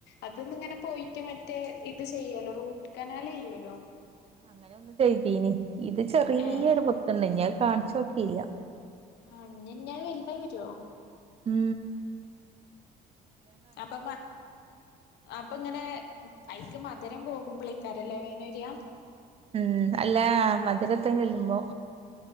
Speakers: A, on the left (about 80°); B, on the right (about 35°).
A: അതൊന്ന ഇങ്ങനെ പോയിട്ട് മറ്റേ ഇത് ചെയ്യല്ലോ റൂട്ട് കനാൽ ചെയ്യല്ലോ
B: അങ്ങനെ ഒന്ന് ചെയ്തീനി ഇത് ചെറിയൊരു
A: ഏഹ്
B: പുത്തണ്ട ഞാൻ കാണിച്ചോക്കില്ല
A: ആ ഞാൻ വലുതാ വരുവോ
B: മം
A: അപ്പൊ അപ്പൊ ഇങ്ങനെ അഐക്ക് മധുരം പോകുമ്പോളിക്കാരല്ലേ വേന വര്യാ
B: ഉം അല്ല മ ഇതിരെത്ത ചെല്ലുമ്പോ